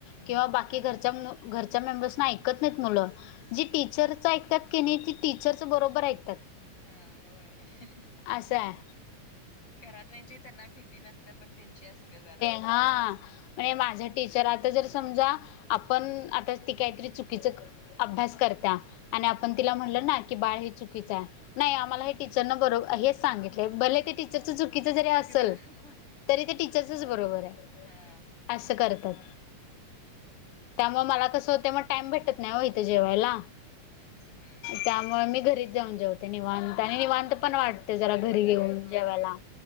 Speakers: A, on the left; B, on the left.
A: किंवा बाकी घरच्या घरच्या मेंबर्सना ऐकत नाहीत मुलं.
B: नाही
A: जी टीचरच ऐकतात की नाही. ते टीचर बरोबर ऐकतात.
B: ह होय.
A: आसांय.
B: घरातल्याची त्यांना भीती नसते. पण त्यांची असते जरा.
A: हां.
B: हम्
A: म्हणे माझा टीचर आता जर समजा. आपण आता ती काहीतरी चुकीचं अभ्यास करता. आणि आपण तिला म्हणल ना की बाळ हे चुकीचाय. नाही आमला हे टीचरन बरो हेच सांगितलंय. भले ते
B: असं
A: टीचरचं चुकीचं जरी असेल.
B: चुकीच हा
A: तरी ते टीचर्सच बरोबरे.
B: हम्म
A: असं करतात. त्यामुळे मला कसं होतय. मग टाइम भेटत नाही ओ इथं जेवायला.
B: हम्म हम्म हम्म.
A: त्यामुळे मी घरीच जाऊन जेवते निवांत. आणि निवांत पण वाटते जरा घरी
B: वाटते
A: घेऊन
B: होय
A: जेवायला.